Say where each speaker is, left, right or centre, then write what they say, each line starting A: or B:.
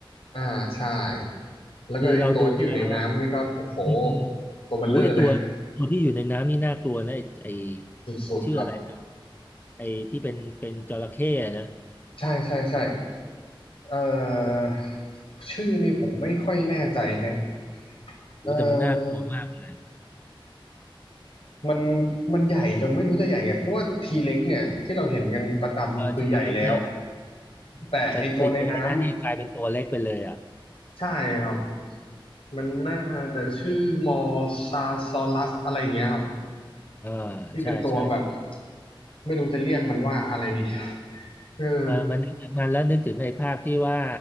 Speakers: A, on the left; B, on the left.
A: อ่าใช่แล้วก็ไอตัวที่อยู่ในน้ำนี่ก็โอ้โห
B: คือเราดูแล้ว อืม
A: ตัวเบลเลอร์เลย
B: โอ้ยไอตัวตัวที่อยู่ในน้ำนี่น่ากลัวนะไอไอ
A: สุดๆครับ
B: มันชื่ออะไรนะไอที่เป็นเป็นจระเข้อะนะ
A: ใช่ใช่ใช่เอ่อชื่อนี่ผมไม่ค่อยแน่ใจแฮะ
B: โอ้แต่มันน่ากลัวมากเลย
A: เอ่อมันมันใหญ่จนไม่รู้จะใหญ่ไงเพราะว่าทีเล็กเนี่ยที่เราเห็นกันประจำคือใหญ่แล้ว
B: เออทีเล็กเนี่ย
A: แต่ไอตัวในน้
B: ไปไปเจอในนั่นนี่กลายเป็นตัวเล็กไปเลยอ่ะ
A: ำใช่ครับมันน่าจะชื่อมอซาซอลัสอะไรอย่างเงี้ยครับ
B: เออ
A: ที่เป็นตัวแบบ
B: ใช่ใช่
A: ไม่รู้จะเรียกมันว่าอะไรดีเออ
B: มามันนึกถึงมันแล้วนึกถึงในภาคที่ว่า